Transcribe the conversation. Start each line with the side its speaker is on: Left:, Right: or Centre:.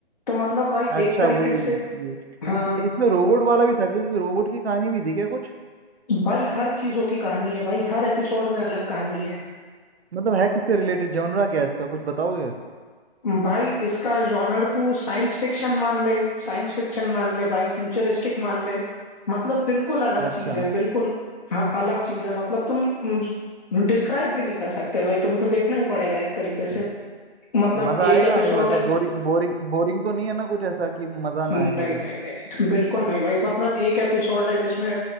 Left: तो मतलब भाई
Right: अच्छा
Left: एक तरीके
Right: वही
Left: से
Right: ये
Left: हाँ
Right: इसमें इसमें रोबोट वाला भी था क्योंकि रोबोट की कहानी भी थी क्या कुछ
Left: भाई हर चीजों की कहानी है भाई हर एपिसोड में अलग कहानी है
Right: मतलब है किससे रिलेटेड जॉनरा क्या है इसका कुछ बताओगे
Left: भाई इसका जॉनर तू साइंस फिक्शन मान ले साइंस फिक्शन मान ले भाई फ्यूचरिस्टिक मान ले मतलब बिल्कुल अलग
Right: अच्छा
Left: चीज है बिल्कुल हाँ अलग चीज है मतलब तुम डिस्क्राइब भी नहीं कर सकते भाई तुमको देखना ही पड़ेगा एक तरीके से मतलब
Right: मजा आएगा
Left: एक एपिसोड
Right: ये बता
Left: है
Right: बोरिंग बोरिंग बोरिंग तो नहीं है ना कुछ ऐसा कि मजा ना
Left: नहीं
Right: आए मुझे
Left: नहीं नहीं बिल्कुल नहीं भाई मतलब एक एपिसोड है जिसमें